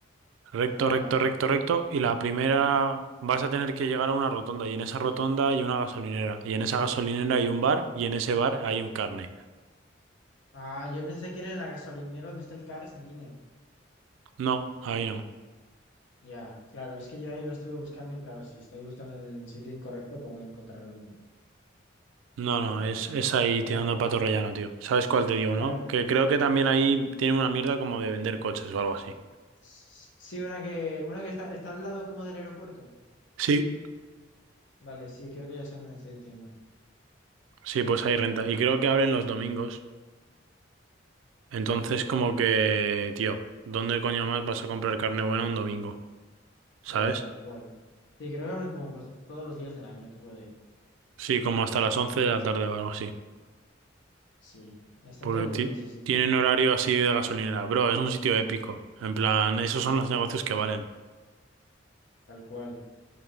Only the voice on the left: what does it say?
Ah,
vale.
Ah, yo pensé que era en la gasolinera donde está el Cars Dinner.
Ya, claro, es que yo ahí lo estuve buscando y claro, si estoy buscando en el sitio incorrecto, ¿cómo voy a encontrarlo nunca?
Vale,
ahora,
ahora,
ahora,
ahora.
Sí, una que, una que está, está al lado como del aeropuerto.
Vale, sí, creo que ya sé dónde me está diciendo.
Ya, tal cual. Sí, creo que abren como cos- todos los días del año, tú puedes.
Sí, bastante
locura
ese sitio,
tal cual.